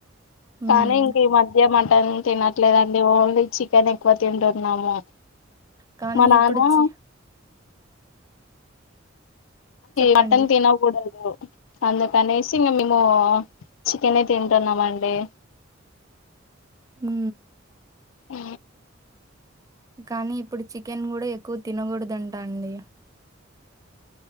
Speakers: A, on the right (about 20°); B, on the left (about 85°).
A: హ్మ్
B: కానీ ఇం ఈ మధ్య మటన్ తినట్లేదండి ఓన్లీ చికెన్ ఎక్కువ తింటున్నాము
A: కానీ
B: మా నాన్న
A: ఇప్పుడు చి చెప్పండి.
B: మటన్ తినకూడదు అందుకనేసి ఇంగ మేము చికెనే తింటున్నం అండి
A: ఊ
B: ఊ
A: కానీ ఇప్పుడు చికెన్ కూడా ఎక్కువ తినకూడదంటా అండి